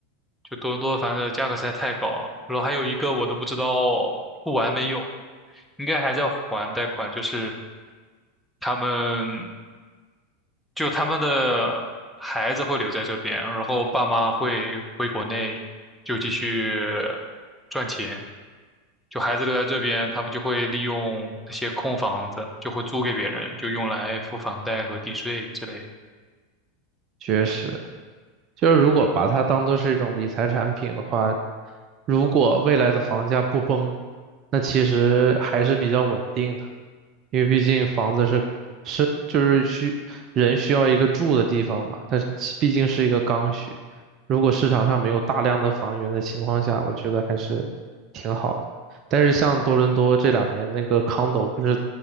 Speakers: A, in the centre; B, on the right (about 35°).
A: 就多伦多的房子价格实在太高了，然后还有一个我都不知道付完没有，应该还在还贷款，就是他们。就他们的孩子会留在这边，然后爸妈会回国内就继续赚钱。就孩子留在这边，他们就会利用那些空房子，就会租给别人，就用来付房贷和地税之类的。
B: 确实。就是如果把它当做是一种理财产品的话，如果未来的房价不崩，那其实还是比较稳定的，因为毕竟房子是是就是需人需要一个住的地方嘛，它其毕竟是一个刚需。如果市场上没有大量的房源的情况下，我觉得还是挺好的。但是像多伦多这两年那个 condo 不是